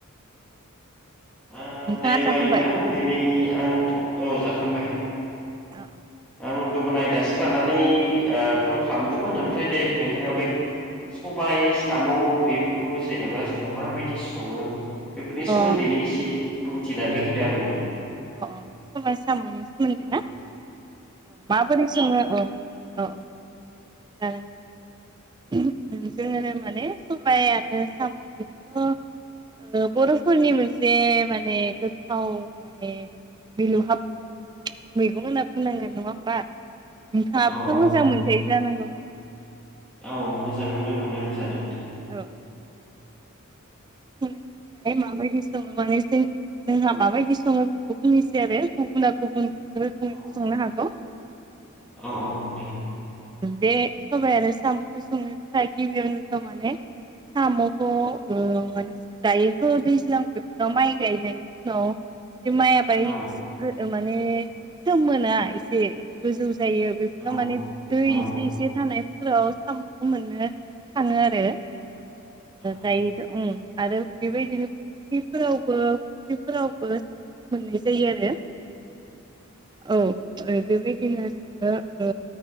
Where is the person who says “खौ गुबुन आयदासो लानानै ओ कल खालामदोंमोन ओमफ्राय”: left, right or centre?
Centre